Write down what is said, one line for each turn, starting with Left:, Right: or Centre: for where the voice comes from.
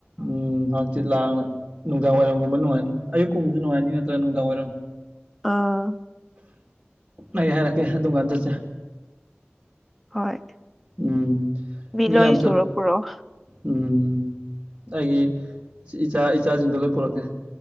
Right: ꯎꯝ ꯍꯥꯡꯆꯤꯠ ꯂꯥꯡꯅ ꯅꯨꯡꯗꯥꯡ ꯋꯥꯏꯔꯝꯒꯨꯝꯕ ꯅꯨꯡꯉꯥꯏꯅꯤ ꯑꯌꯀꯨꯝꯕꯁꯨ ꯅꯨꯡꯉꯥꯏꯅꯤ ꯅꯠꯇ꯭ꯔꯥ ꯅꯨꯡꯗꯥꯡ ꯋꯥꯏꯔꯝ
Centre: ꯑꯥ
Right: ꯑꯩ ꯍꯥꯏꯔꯛꯀꯦ ꯑꯗꯨꯝ ꯀꯥꯟ ꯆꯠꯁꯦ
Centre: ꯍꯣꯏ
Right: ꯎꯝ
Centre: ꯃꯤꯂꯣꯏ
Right: ꯃꯤ ꯌꯥꯝ
Centre: ꯁꯨꯔ
Right: ꯆꯠ
Centre: ꯄꯨꯔꯛꯑꯣ
Right: ꯎꯝ ꯑꯩꯒꯤ ꯏꯆꯥ ꯏꯆꯥꯁꯤꯡꯗ ꯂꯣꯏ ꯄꯨꯔꯛꯀꯦ